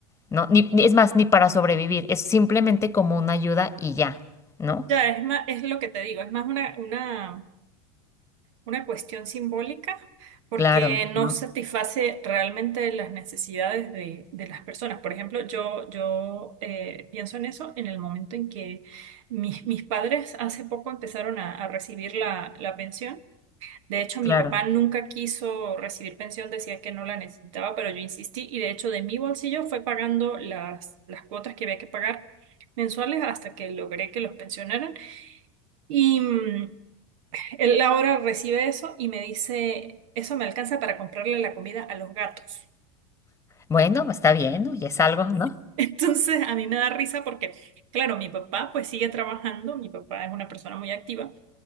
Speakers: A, on the left (about 15°); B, on the right (about 65°).
A: ¿no? Ni, ni- es más, ni para sobrevivir, es simplemente como una ayuda y ya, ¿no?
B: Ya, es más, es lo que te digo, es más una una una cuestión simbólica porque
A: Claro, ¿no?
B: no satisface realmente las necesidades de, de las personas. Por ejemplo, yo, yo eh, pienso en eso en el momento en que mis, mis padres hace poco empezaron a, a recibir la, la pensión. De hecho,
A: Claro.
B: mi papá nunca quiso recibir pensión, decía que no la necesitaba, pero yo insistí y de hecho de mi bolsillo fue pagando las, las cuotas que había que pagar mensuales hasta que logré que los pensionaran. Y, mm, él ahora recibe eso y me dice, eso me alcanza para comprarle la comida a los gatos.
A: Bueno, está bien, ¿no? Y es algo, ¿no?
B: <laughs> Entonces a mí me da risa porque, claro, mi papá pues sigue trabajando, mi papá es una persona muy activa,